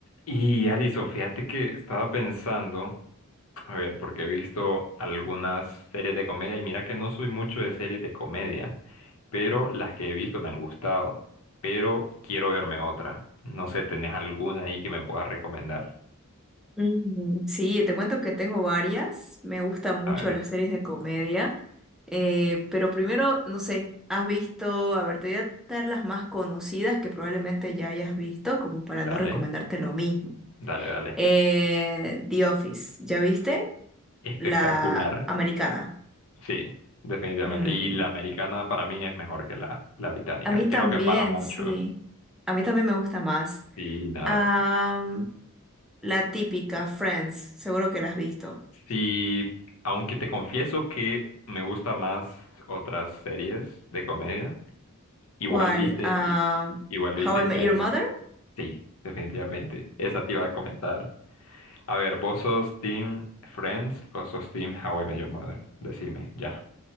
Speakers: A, on the left; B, in the centre.
A: Y Alison, fíjate que estaba pensando, a ver, porque he visto algunas series de comedia y mira que no soy mucho de series de comedia, pero las que he visto me han gustado, pero quiero verme otra. No sé, ¿tenés alguna ahí que me puedas recomendar?
B: Mm, Sí, te cuento que tengo varias. Me gustan mucho
A: A ver,
B: las series de comedia. Eh, pero primero, no sé, has visto, a ver, te voy a dar las más conocidas que probablemente ya hayas visto, como para
A: dale,
B: no recomendarte lo mismo.
A: dale, dale.
B: Eh, The Office, ¿ya viste?
A: Espectacular.
B: La americana.
A: Sí, definitivamente.
B: Mm,
A: Y la americana para mí es mejor que la, la británica
B: A mí
A: y creo
B: también,
A: que para muchos.
B: sí. A mí también me gusta más.
A: Sí, nada,
B: Am, la típica, Friends, seguro que la has visto.
A: Sí, aunque te confieso que me gusta más otras series de comedia, igual
B: ¿Cuál?
A: Ah, viste,
B: Ah,
A: y, igual viste
B: How I
A: que
B: Met
A: hay,
B: Your Mother.
A: sí, definitivamente. Esa te iba a comentar. A ver, ¿vos sos Team Friends o sos Team How I Met Your Mother? Decime, ya.